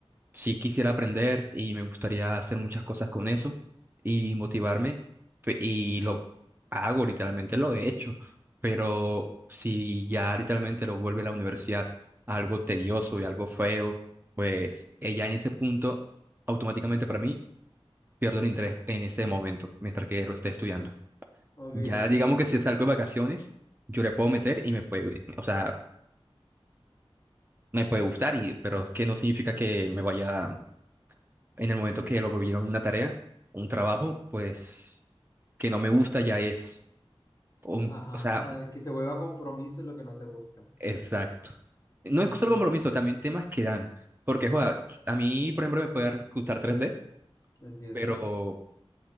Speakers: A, on the right; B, on the left.
A: sí quisiera aprender y me gustaría hacer muchas cosas con eso y motivarme pe- y lo hago, literalmente lo he hecho, pero si ya literalmente lo vuelve la universidad algo tedioso y algo feo, pues eh, ya en ese punto automáticamente para mí pierdo el interés en ese momento mientras que lo esté estudiando.
B: Ok,
A: Ya
B: entiendo.
A: digamos que si salgo de vacaciones, yo le puedo meter y me puede, o sea, me puede gustar, y, pero es que no significa que me vaya en el momento que lo volvieron una tarea, un trabajo, pues que no me gusta ya es un,
B: Ajá,
A: o sea,
B: o sea, que se vuelva compromiso lo que no te gusta.
A: exacto. No es
B: Entiendo,
A: solo compromiso, también temas que dan, porque joda, a mí, por ejemplo, me puede dar- gustar tres d
B: entiendo.
A: pero